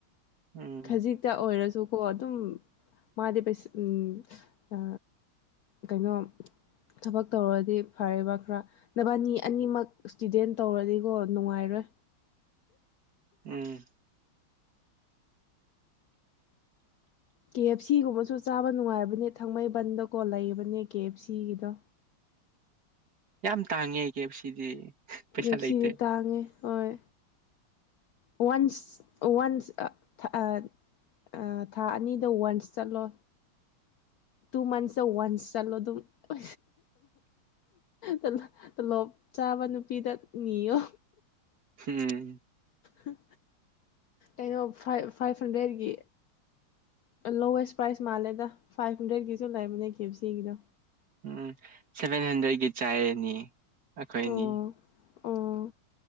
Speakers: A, on the right (about 50°); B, on the left (about 85°).
A: ꯎꯝ
B: ꯈꯖꯤꯛꯇ ꯑꯣꯏꯔꯁꯨ ꯑꯗꯨꯀꯣ ꯑꯗꯨꯝ ꯃꯥꯗꯤ ꯄꯩ ꯎꯝ ꯑ ꯀꯩꯅꯣ ꯊꯕꯛ ꯇꯧꯔꯗꯤ ꯐꯔꯦꯕ ꯈꯔ ꯅꯕꯥꯅꯤ ꯑꯅꯤꯃꯛ ꯏꯁꯇꯨꯗꯦꯟ ꯇꯧꯔꯗꯤꯀꯣ ꯅꯨꯡꯉꯥꯏꯔꯣꯏ
A: ꯎꯝ
B: ꯀꯦ ꯑꯦꯐ ꯁꯤꯒꯨꯝꯕꯖꯨ ꯆꯥꯕ ꯅꯨꯡꯉꯥꯏꯕꯅꯦ ꯊꯥꯡꯃꯩꯕꯟꯗꯀꯣ ꯂꯩꯕꯅꯦ ꯀꯦ ꯑꯦꯐ ꯁꯤꯒꯤꯗꯣ
A: ꯌꯥꯝ ꯇꯥꯡꯉꯦ ꯀꯦ ꯑꯦꯐ ꯁꯤꯗꯤ ꯄꯩꯁꯥ
B: ꯑꯦꯞ
A: ꯂꯩꯇꯦ
B: ꯁꯤꯗꯤ ꯇꯥꯡꯉꯦ ꯍꯣꯏ ꯋꯥꯟꯁ ꯋꯥꯟꯁ ꯑ ꯑ ꯊꯥ ꯑꯅꯤꯗ ꯋꯥꯟꯁ ꯆꯠꯂꯣ ꯇꯨ ꯃꯟꯁꯇ ꯋꯥꯟꯁ ꯆꯠꯂꯣ ꯑꯗꯨꯝ ꯍ ꯍ ꯇꯣꯂꯣꯞ ꯆꯥꯕ ꯅꯨꯄꯤꯗ ꯅꯤꯌꯣ
A: ꯎꯝ
B: ꯍꯪ ꯀꯩꯅꯣ ꯐꯥꯏꯚ ꯐꯥꯏꯚ ꯍꯟꯗ꯭ꯔꯦꯠꯀꯤ ꯂꯣꯋꯦꯁ ꯄ꯭ꯔꯥꯏꯖ ꯃꯥꯜꯂꯦꯗ ꯐꯥꯏꯚ ꯍꯟꯗ꯭ꯔꯦꯠꯀꯤꯁꯨ ꯂꯩꯕꯅꯦ ꯀꯦ ꯑꯦꯐ ꯁꯤꯒꯤꯗꯣ
A: ꯎꯝ ꯁꯦꯚꯦꯟ ꯍꯟꯗ꯭ꯔꯦꯗꯀꯤ ꯆꯥꯏꯔꯅꯤ ꯑꯩꯈꯣꯏꯅꯤ
B: ꯑꯣ ꯑꯣ